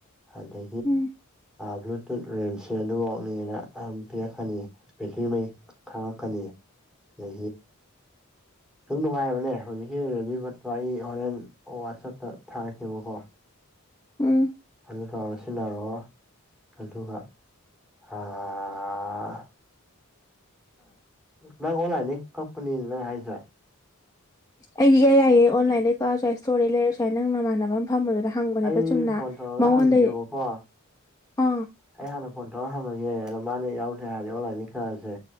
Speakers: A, in the centre; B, on the left.
A: ꯑꯒ
B: ꯎꯝ
A: ꯕ꯭ꯂꯨꯇꯨꯠ ꯔꯦꯝꯁꯦ ꯑꯗꯨꯐꯥꯎꯅꯤꯅꯀꯅꯤ ꯕꯦꯇ꯭ꯔꯤꯉꯩ ꯈꯪꯉꯛ ꯐꯅꯤꯌꯦ ꯅ ꯑꯗꯨꯝ ꯅꯨꯡꯉꯥꯏꯕꯅꯦ ꯍꯧꯖꯤꯛꯀꯤ ꯔꯦꯗꯤ ꯐꯣꯠꯇꯣ ꯑꯩ ꯍꯣꯔꯦꯟ ꯋꯥꯆꯞꯇ ꯊꯥꯔꯁꯦꯕꯀꯣ
B: ꯎꯝ
A: ꯑꯗꯨ ꯇꯧꯔ ꯁꯤꯟꯅꯔꯑꯣ ꯑꯗꯨꯒ ꯑ ꯅꯪ ꯑꯣꯟꯂꯥꯏꯟꯗꯒꯤ ꯀꯛꯄꯅꯤꯅ ꯅꯪ ꯍꯥꯏꯔꯤꯁꯦ
B: ꯑꯩꯒꯤ ꯏꯌꯥ ꯌꯥꯏꯌꯦ ꯑꯣꯟꯂꯥꯏꯟꯗꯒꯤ ꯀꯛꯑ ꯁꯁꯨꯥꯏ ꯁ ꯏꯁꯇꯣꯔꯩ ꯂꯩꯔꯦꯨꯥꯏ ꯅꯪ ꯅꯃꯥꯟꯅꯕ ꯑꯃ ꯐꯝꯕꯗꯨꯗ ꯍꯪꯕꯅꯦꯕ
A: ꯑꯩ
B: ꯆꯨꯝꯅ
A: ꯐꯣꯟ ꯇꯧꯔꯒ
B: ꯃꯉꯣꯟꯗꯩ
A: ꯍꯪꯒꯦꯕꯀꯣ
B: ꯑꯥ
A: ꯑꯩ ꯍꯥꯟꯅ ꯐꯣꯟ ꯇꯧꯔ ꯍꯜꯂꯒꯦ ꯑꯗꯣ ꯃꯥꯅꯦ ꯌꯥꯎꯗꯦꯔꯗꯤ ꯑꯣꯟꯂꯥꯏꯟꯗꯒꯤ ꯈꯔꯁꯦ